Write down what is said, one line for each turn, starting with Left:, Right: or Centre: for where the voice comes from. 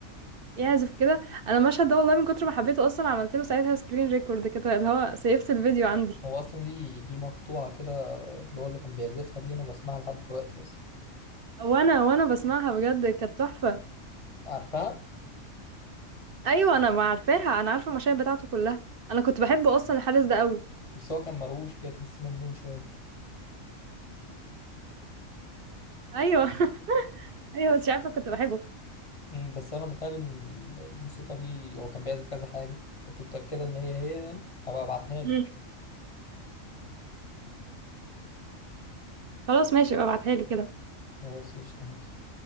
Right: يعزف كده انا المشهد ده والله من كتر ما حبيته اصلا عملت له ساعتها سكرين ريكورد كده اللي هو سيفت الفيديو عندي
Left: هو اصلا ليه ليه مقطوعه كده اللي هو اللي كان بيعزفها دي انا بسمعها لحد دلوقتي اصلا
Right: وانا وانا بسمعها بجد كانت تحفة
Left: عارفها
Right: ايوه انا ما عارفاها انا عارفه المشاهد بتاعته كلها انا كنت بحبه اصلا الحارس ده قوي
Left: بس هو كان مروش كده تحسيه مجنون شويه
Right: ايوه <laughs> ايوه مش عارفه كنت بحبه
Left: أمم، بس انا بتهيألي إن الموسيقى دي هو كان بيعزف كذا حاجه كنت متأكدة إن هي هي يعني هبقى أبعتها لك
Right: مم. خلاص ماشي بقى ابعتها لي كده
Left: خلاص قشطة ماشي